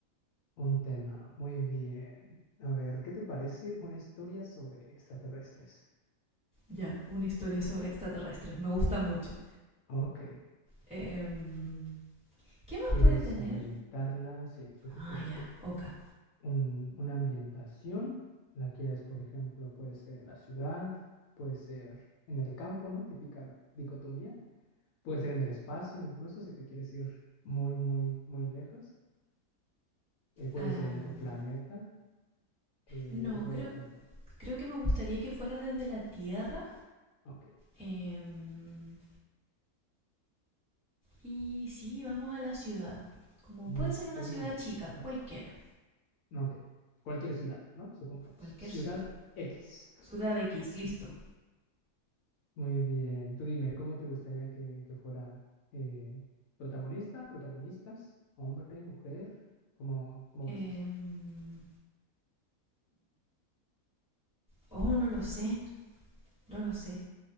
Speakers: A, on the left; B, in the centre.
A: Un tema. Muy bien. A ver, ¿qué te parece una historia sobre extraterrestres?
B: Ya, una historia sobre extraterrestres. Me gusta mucho.
A: Ok.
B: Em, ¿Qué más
A: ¿Quieres
B: puede tener?
A: ambientarla? Sí, es lo que
B: Ah,
A: te voy a
B: ya,
A: decir.
B: Oka.
A: Un- una ambientación. La quieres, por ejemplo, puede ser en la ciudad, puede ser en el campo, ¿no? Típica dicotomía. Puede ser en el espacio, incluso si te quieres ir muy, muy, muy lejos. Eh, puede
B: Em,
A: ser en otro planeta que,
B: no,
A: que te va
B: creo,
A: gustando.
B: creo que me gustaría que fuera desde la Tierra.
A: Ok,
B: em, y sí, vamos a la ciudad. Como
A: una
B: puede
A: historia
B: ser una ciudad
A: de extraterrestres.
B: chica, cualquiera.
A: Ok, cualquier ciudad, ¿no? Supongamos.
B: Cualquier
A: Ciudad
B: ciudad.
A: X.
B: Ciudad X, listo.
A: Muy bien, tú dime, ¿cómo te gustaría que, que fuera eh, protagonista, protagonistas, hombre, mujer? ¿Cómo, cómo
B: Em,
A: ves eso?
B: Oh, no lo sé, no lo sé.